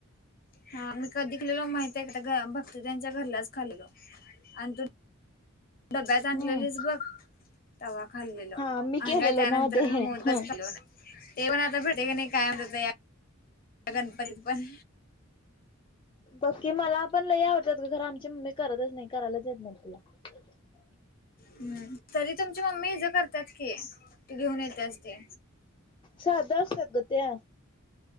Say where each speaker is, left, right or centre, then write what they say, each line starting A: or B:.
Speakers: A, on the left; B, on the left.
A: हा मी कधी केलेलो माहित आहे का ग भक्त ज्यांच्य घरलाच. खाल्लो आणि तू डब्यात आनलेलीस
B: हम्म
A: बघ. तवा खाल्लेल
B: हा मी केलेलं
A: अंग त्यानंतर
B: नव्ह ते
A: मी मोदकच
B: ह.
A: खाल्लो नाही. ते पण आता भेटे का नाही काय माहीत. गणपण पण.
B: बक्की मला पण लई आवडतात खर आमची मम्मी करतच नाही करायलाच येत नाही तुला. <inaudible>
A: हम्म् तरी तुमची मम्मी इ ज करतात की तू घेऊन येतेस ते.
B: साध असतात ग त्या.